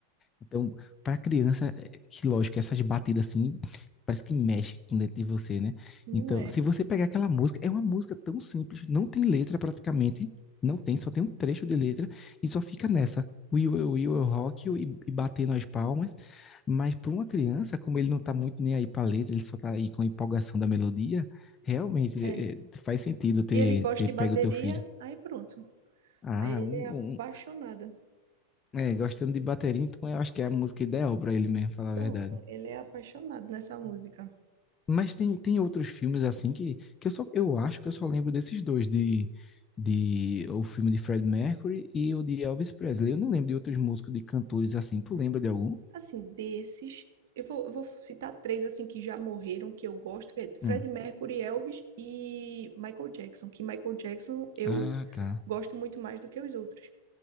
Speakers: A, on the left (about 25°); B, on the right (about 55°).
A: então, para criança, é, que lógico, essas batidas assim, parece que mexe com dentro de você, né?
B: não
A: Então,
B: é.
A: se você pegar aquela música, é uma música tão simples, não tem letra praticamente, não tem, só tem um trecho de letra e só fica nessa. Will, will, will, eu rock you e, e batendo as palmas. Mas para uma criança, como ele não tá muito nem aí para letra, ele só tá aí com a empolgação da melodia, realmente
B: É.
A: é, é, faz sentido ter,
B: E ele gosta
A: ter
B: de
A: pego
B: bateria,
A: o teu filho.
B: aí pronto.
A: Ah,
B: Aí ele
A: um,
B: é apaixonado.
A: um- é, gostando de bateria, então eu acho que é a música ideal para ele mesmo, falar
B: Pronto,
A: a verdade.
B: ele é apaixonado nessa música.
A: Mas tem, tem outros filmes assim que, que eu só, eu acho que eu só lembro desses dois, de, de o filme de Fred Mercury e o de Elvis Presley. Eu não lembro de outros músicos, de cantores assim. Tu lembra de algum?
B: Assim, desses, eu vou, eu vou citar três assim que já morreram, que eu gosto, que é Freddie
A: Hum.
B: Mercury, Elvis e Michael Jackson. Que Michael Jackson eu
A: Ah, tá.
B: gosto muito mais do que os outros.